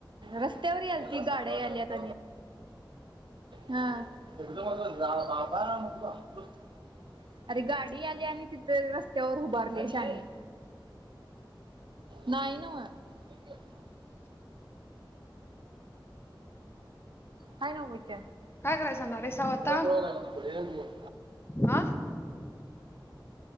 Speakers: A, on the right (about 75°); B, on the left (about 30°).
A: रस्त्यावर याल ती गाड्या आल्यात हां <unintelligible> अरे गाडी आली आणि तिथे रस्त्यावर उभारले शहानी. नाही ना. <unintelligible> हाय ना इथ.
B: काय करायला जाणार आहेस आता
A: जरा डोळा लागला होता. ब्रेन युव.
B: हा